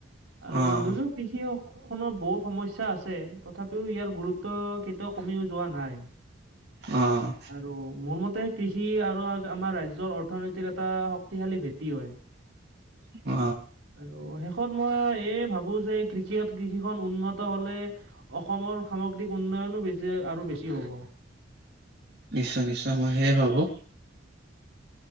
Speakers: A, on the right (about 85°); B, on the right (about 55°).
A: আৰু
B: অ',
A: যদিও কৃষি হওঁক খত বহুত সমস্যা আছে তথাপিও ইয়াৰ গুৰুত্ব কেতিয়াও কমিও যোৱা নাই
B: অ',
A: আৰু মোৰ মতে কৃষি আৰু আমাৰ ৰাজ্যৰ অৰ্থনীতিৰ এটা শক্তিশালী ভেটি হয়
B: অ
A: আৰু মই এই ভাবো যে কৃষ কৃষিখন উন্নত হলে অসমৰ সামগ্ৰিক উন্ন য়নো বেছি আৰু বেছি হ'ব
B: নিশ্চয় নিশ্চয় মই সেয়ে ভাবো